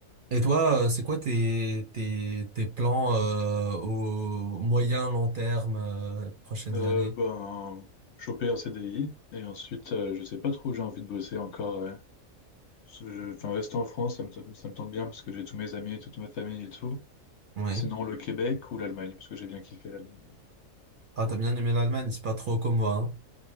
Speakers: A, on the right; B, on the left.
A: Et toi, euh, c'est quoi tes, tes, tes plans euh, au moyen, long terme, euh, prochaines
B: Euh,
A: années?
B: ben, choper un CDI et ensuite, euh, je sais pas trop où j'ai envie de bosser encore. ouais. Parce que je- Enfin, rester en France, ça me, tente- ça me tente bien parce que j'ai tous mes amis, toute ma famille et tout.
A: Oui.
B: Sinon, le Québec ou l'Allemagne, parce que j'ai bien kiffé l'Allemagne.
A: Ah, t'as bien aimé l'Allemagne, c'est pas trop comme moi. hein.